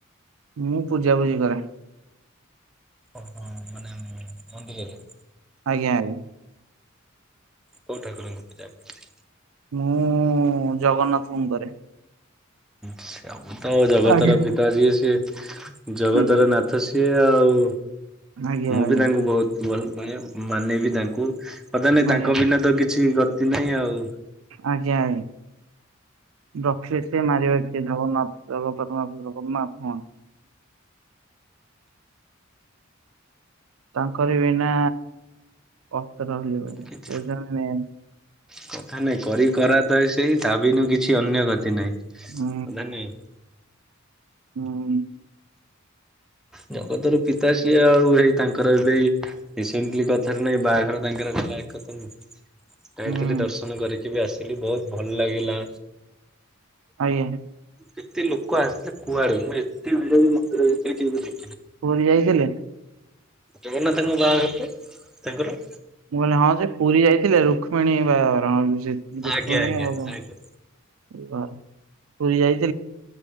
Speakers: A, on the right; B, in the centre.
A: ମୁଁ ପୂଜାପୁଜି କରେ।
B: ଓହୋ ମାନେ ମନ୍ଦିରରେ?
A: ଆଜ୍ଞା ଆଜ୍ଞା।
B: କୋଉ ଠାକୁରଙ୍କୁ ପୂଜା କର?
A: ମୁଁ ଜଗନ୍ନାଥଙ୍କୁ କରେ।
B: ସବୁ ତ ଜଗତର
A: ଆଜ୍ଞା
B: ପିତା ଯିଏ ସିଏ ଜଗତର
A: ହୁଁ ହୁଁ
B: ନାଥ ସିଏ ଆ ଆଉ
A: ଆଜ୍ଞା
B: ମୁଁ
A: ଆଜ୍ଞା
B: ବି ତାଙ୍କୁ ବହୁତ ଭଲ ମାନେ ମାନେବି ତାଙ୍କୁ। ମାନେ ତାଙ୍କ
A: ଆଜ୍ଞା
B: ବିନା ତ କିଛି ଗତି ନାହିଁ ଆଉ।
A: ଆଜ୍ଞା ଆଜ୍ଞା। ରଖିଲେ ସିଏ ମାରିବ କିଏ ଜଗନ୍ନାଥ ଜଗତର ନାଥ ଜଗନ୍ନାଥ ମହା ତାଙ୍କରି ବିନା ପତର ହଲିବନି,
B: କିଛି
A: ସିଏ ହଉଛନ୍ତି ମେନ୍।
B: କଥା ନାଇଁ କରି କରା ତ ଏ ସେଇ ତା ବିନୁ କିଛି ଅନ୍ୟ ଗତି ନାଇଁ। <unintelligible>
A: ହୁଁ ହୁଁ।
B: ଜଗତ ର ପିତା ସିଏ ଆଉ ହେଇ ତାଙ୍କର ଏବେଇ ରିସେଣ୍ଟଲି କଥାରେ ନାଇଁ ବାହାଘର ତାଙ୍କର <unintelligible> ଯାଇଥିଲି
A: ହୁଁ
B: ଦର୍ଶନ କରିକି ବି ଆସିଲି ବହୁତ ଭଲ ଲାଗିଲା।
A: ଆଜ୍ଞା।
B: ଏତେ ଲୋକ ଆସିଲେ କୁଆଡୁ, ମୁଁ ଏତେ ଭିଡରେ ମନ୍ଦିର ଭିତରେ କେମିତି
A: ପୁରୀ ଯାଇଥିଲେ?
B: ଜଗନ୍ନାଥଙ୍କ ବାହାଘରରେ ତାଙ୍କର
A: ମୁଁ କହିଲି ହଁ ଯେ ପୁରୀ ଯାଇଥିଲେ ରୁକ୍ମଣୀ ବାହାଘର ରୁକ୍ମଣୀ
B: ଆଜ୍ଞା ଆଜ୍ଞା
A: ଆଉ
B: ଆଜ୍ଞା
A: କଣ ପୁରୀ ଯାଇ